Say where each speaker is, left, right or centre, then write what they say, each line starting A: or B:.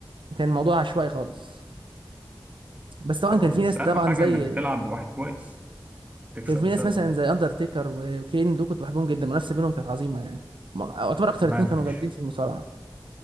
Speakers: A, on the right (about 75°); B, on the right (about 15°).
A: كان الموضوع عشوائي خالص بس طبعا
B: خلاص
A: كان في
B: بس
A: ناس
B: اهم
A: طبعا
B: حاجه
A: زي
B: انك تلعب بواحد كويس تكسب
A: كان في
B: بسببه
A: ناس مثلا زي اندرتيكر وكين دول كنت بحبهم جدا المنافسه بينهم كانت عظيمه يعني ما- اعتبر اكتر
B: تمام
A: اتنين كانوا
B: ماشي
A: جامدين في المصارعه